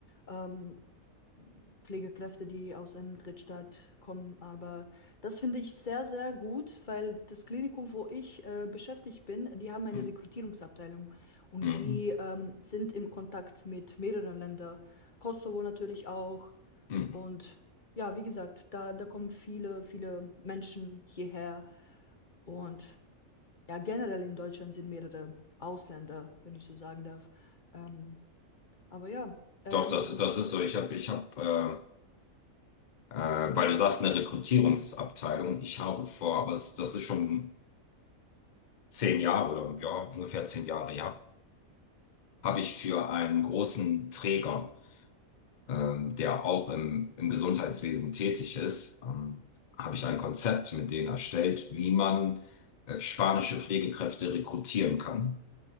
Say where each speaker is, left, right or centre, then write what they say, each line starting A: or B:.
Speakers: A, on the left (about 35°); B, on the left (about 70°).
A: ähm, Pflegekräfte, die aus einem Drittstaat kommen. Aber das finde ich sehr, sehr gut, weil das Klinikum, wo ich äh, beschäftigt bin, die haben eine
B: Mhm.
A: Rekrutierungsabteilung und
B: Mhm.
A: die ähm, sind im Kontakt mit mehreren Ländern, Kosovo natürlich auch.
B: Mhm.
A: Und ja, wie gesagt, da, da kommen viele, viele Menschen hierher und ja, generell in Deutschland sind mehrere Ausländer, wenn ich so sagen darf. Ähm, aber ja, ähm,
B: Doch, das,
A: ich
B: das ist
A: wollte.
B: so. Ich habe, ich habe, äh,
A: Mhm,
B: äh, weil du sagst, eine Rekrutierungsabteilung. Ich habe vor, aber das, das ist schon zehn Jahre oder ja, ungefähr zehn Jahre, ja, habe ich für einen großen Träger, ähm, der auch im, im Gesundheitswesen tätig ist, ähm, habe ich ein Konzept mit denen erstellt, wie man äh, spanische Pflegekräfte rekrutieren kann.